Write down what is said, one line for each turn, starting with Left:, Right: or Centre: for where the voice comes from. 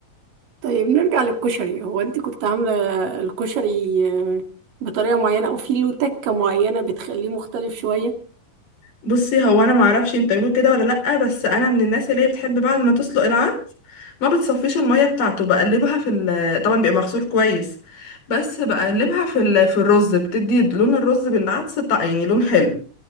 Right: طيب نرجع للكشري هو انت كنت عاملة الكشري آه، بطريقة معينة او في له تكة معينة بتخليه مختلف شوية
Left: بصي هو أنا معرفش انت بتعملوه كده ولا لأ بس أنا من الناس اللي هي بتحب بعد ما تسلق العدس ما بتصفيش المية بتاعته بقلبها في ال طبعا بيبقى مغسول كويس بس بقلبها في ال... في الرز بتدي لون الرز بالعدس طع- يعني لون حلو